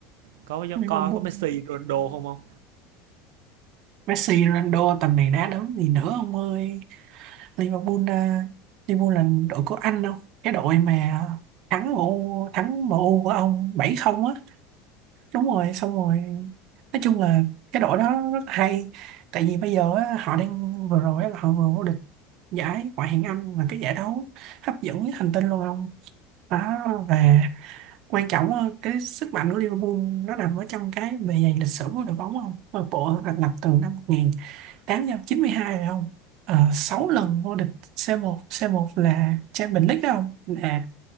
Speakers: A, on the right; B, on the right.
A: Có
B: Liverpool
A: có có Messi, Ronaldo không không?
B: Messi, Ronaldo tầm này đá đấm gì nữa ông ơi. Liverpool, à, Liverpool là đội của anh đâu. Cái đội mà thắng MU, thắng em U của ông 7-0 á. Đúng rồi, xong rồi. Nói chung là cái đội đó rất hay. Tại vì bây giờ á, họ đang vừa rồi á, là họ vừa vô địch giải Ngoại hạng Anh là cái giải đấu hấp dẫn nhất hành tinh luôn ông. Đó, và quan trọng á, cái sức mạnh của Liverpool nó nằm ở trong cái bề dày lịch sử của đội bóng không? Đội bộ thành lập từ năm tám trăm chín mươi hai rồi không à, 6 lần vô địch c một c một là Champions League đó không là